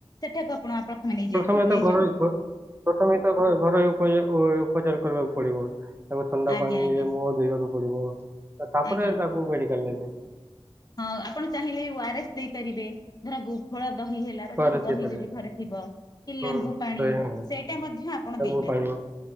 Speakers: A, on the left; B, on the right.
A: ସେଠାକୁ ଆପଣ <unintelligible>
B: ପ୍ରଥମେ ତ ଘରୋଇ ଘ- ପ୍ରଥମେ ତ ଘର ଘରୋଇ ଉପଚାର ଉପଚାର କରିବାକୁ ପଡିବ ତାପରେ ଥଣ୍ଡା
A: ଆଜ୍ଞା
B: ପାଣିରେ
A: ଆଜ୍ଞା
B: ମୁହଁ ଧୋଇଵାକୁ ପଡିବ ତାପରେ
A: ଆଜ୍ଞା
B: ତାଙ୍କୁ ମେଡିକାଲ ନେବୁ।
A: ହଁ ଆପଣ ଚାହିଁଲେ ଓ ଆରଏସ୍ ଦେଇପାରିବେ ଧର ଘୋଳ ଦହି ହେଲେ
B: ଖୁଆରେ
A: ଯୋଉ ଦହି
B: ଦେଇପାରିବେ
A: ଯଦି ଘରେ ଥିବ, କି ଲେମ୍ବୁ
B: ହଁ
A: ପାଣି
B: ଦହି ହଁ
A: ସେଇଟା ମଧ୍ୟ ଆପଣ
B: ଲେମ୍ବୁ
A: ଦେଇପାରିବେ।
B: ପାଣି